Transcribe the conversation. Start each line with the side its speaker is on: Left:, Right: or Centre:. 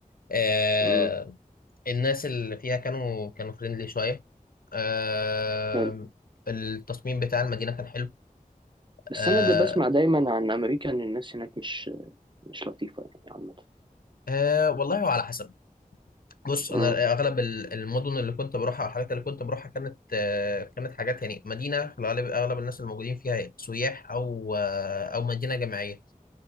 Left: آه...
Right: امم
Left: الناس اللي فيها كانوا كانوا فريندلي شوية آه...
Right: حلو
Left: التصميم بتاع المدينة كان حلو
Right: بس
Left: آه...
Right: انا ده بسمع دايما عن امريكا ان الناس هناك مش مش لطيفة يعني عامة
Left: آه... والله وعلى حسب بص انا
Right: امم
Left: اغلب ال- المدن اللي كنت بروحها والحاجات اللي كنت بروحها كانت آه... كانت حاجات يعني مدينة في الغالب اغلب الناس الموجودين فيها سياح او آه... او مدينة جامعية